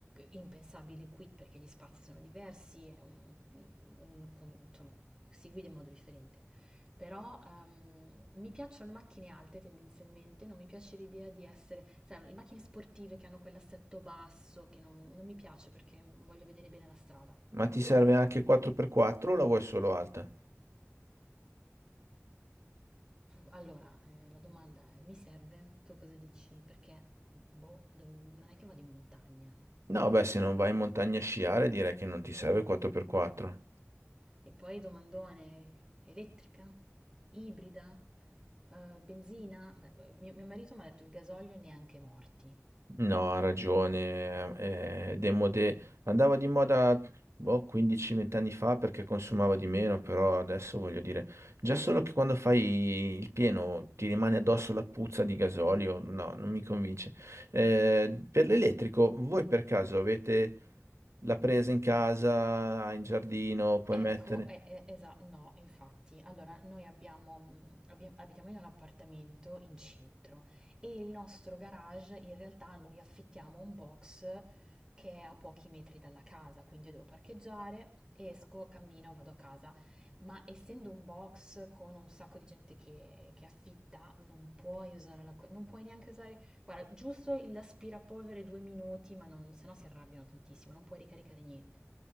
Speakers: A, on the right; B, on the right.
A: impensabile qui perché gli spazi sono diversi, è un- un- con- insomma, si guida in modo differente. Però ehm, mi piacciono le macchine alte tendenzialmente, non mi piace l'idea di essere, sai, le macchine sportive che hanno quell'assetto basso, che non non mi piace perché voglio vedere bene la strada.
B: ma ti serve anche 4x4 o la vuoi solo alta?
A: Allora, eh, la domanda è, mi serve? Tu cosa dici? Perché, boh, do- non è che vado in montagna.
B: No, beh, se non vai in montagna a sciare direi che non ti serve 4x4.
A: E poi domandone, elettrica? Ibrida? Eh, benzina? Beh, mio, mio marito mi ha detto il gasolio neanche morti.
B: No, ha ragione. Eh, Demodè andava di moda boh, 15-20 anni fa perché consumava di meno, però adesso voglio dire, già solo che quando fai il pieno ti rimane addosso la puzza di gasolio, no, non mi convince. Eh, per l'elettrico, voi per caso avete la presa in casa, in giardino, puoi
A: Ecco,
B: mettere?
A: e- e- esa no, infatti. Allora, noi abbiamo, mhmm, abbiam abitiamo in un appartamento in centro e il nostro garage in realtà noi affittiamo un box che è a pochi metri dalla casa, quindi io devo parcheggiare, esco, cammino, vado a casa. Ma essendo un box con un sacco di gente che che affitta, non puoi usare l'acqua non puoi neanche usare guarda, giusto l'aspirapolvere 2 minuti, ma non se no si arrabbiano tantissimo, non puoi ricaricare niente.